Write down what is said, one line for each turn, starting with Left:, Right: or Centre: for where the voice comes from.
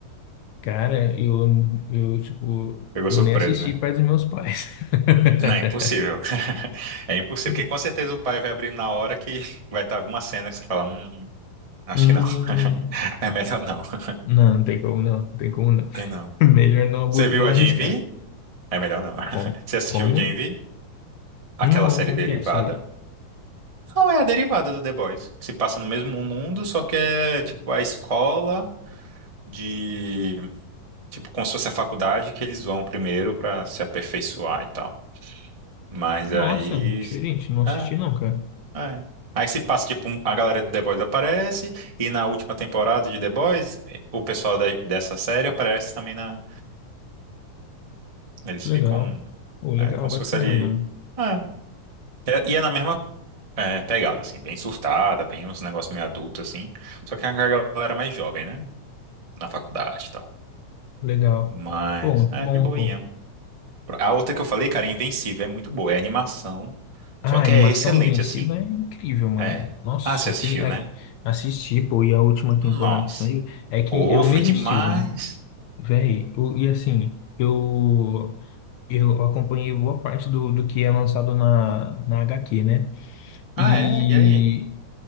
Left: cara, eu, eu, tipo,
Right: Pegou
Left: eu
Right: surpresa,
Left: nem assisti
Right: né?
Left: perto dos meus pais. <laughs>
Right: Não, é impossível. <laughs> É impossível,
Left: Hum,
Right: porque com certeza o pai vai abrindo na hora que vai estar alguma cena que você fala, hum, acho
Left: hum,
Right: que não. <laughs> É melhor não. <laughs>
Left: não, não tem como não, não tem como não. <laughs>
Right: Tem não.
Left: Melhor não,
Right: Você
Left: abu-
Right: viu
Left: não
Right: a
Left: arriscar.
Right: Gen V? É melhor não. <laughs>
Left: Como?
Right: Você assistiu
Left: Como?
Right: o Gen V? Aquela
Left: Não,
Right: série
Left: como
Right: derivada.
Left: que é essa daí?
Right: Não, é a derivada do The Boys. que Se passa no mesmo mundo, só que é tipo a escola. de tipo como se fosse a faculdade que eles vão primeiro pra se aperfeiçoar e tal. Mas
Left: Nossa,
Right: aí
Left: diferente, não assisti
Right: é,
Left: não, cara.
Right: é. Aí se passa tipo um- a galera de The Boys aparece e na última temporada de The Boys o pessoal da- dessa série aparece também na eles
Left: Legal.
Right: ficam
Left: Pô, legal,
Right: é, como
Left: bacana,
Right: se fosse ali
Left: mano.
Right: é. É, E é na mesma é, pegada assim, bem surtada, bem uns negócios meio adulto assim, só que é a galera mais jovem, né? Na faculdade e tal.
Left: Legal.
Right: Mas
Left: Pô, muito
Right: é
Left: bom,
Right: de boinha.
Left: pô.
Right: A outra que eu falei, cara, é Invencível, é muito boa, é animação,
Left: Ah,
Right: só que
Left: a animação
Right: é excelente,
Left: Invencível
Right: assim.
Left: é incrível, mano.
Right: É.
Left: Nossa,
Right: Ah, você
Left: aquele...
Right: assistiu,
Left: a-
Right: né?
Left: assisti, pô, e a última temporada
Right: Nossa.
Left: que saiu é que
Right: Pô,
Left: é o
Right: foi
Left: mesmo
Right: demais.
Left: estilo, né? véi. o- E assim, eu... Eu acompanhei boa parte do, do que é lançado na, na HQ, né?
Right: Ah,
Left: E,
Right: é? E aí?